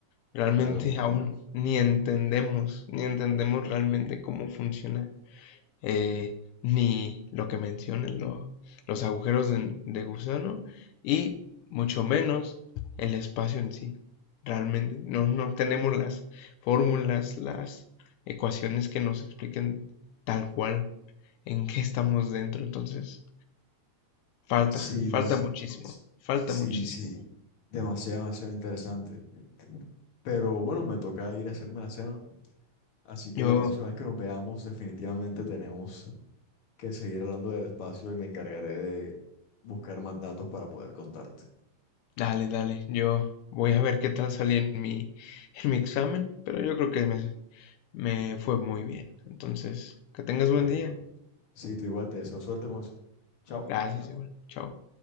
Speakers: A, on the left; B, on the left.
A: Realmente
B: Claro.
A: aún ni entendemos, ni entendemos realmente cómo funciona, eh, ni lo que mencionan lo- los agujeros de, de gusano y mucho menos el espacio en sí. Realmente no, no tenemos las fórmulas, las ecuaciones que nos expliquen tal cual en qué estamos dentro. Entonces, falta,
B: Sí,
A: falta
B: no.
A: muchísimo, falta
B: Sí,
A: muchísimo.
B: sí. Demasiado, demasiado interesante. Pero bueno, me toca ir a hacerme la cena. Así que
A: Yo
B: la próxima vez que nos veamos, definitivamente tenemos que seguir hablando del espacio y me encargaré de buscar más datos para poder contarte.
A: Dale, dale. Yo voy a ver qué tal salí en mi, en mi examen, pero yo creo que me, me fue muy bien. Entonces, que tengas
B: Ok,
A: buen día.
B: bueno. Sí, tú igual, te deseo suerte con eso. Chao.
A: Gracias, igual. Chao.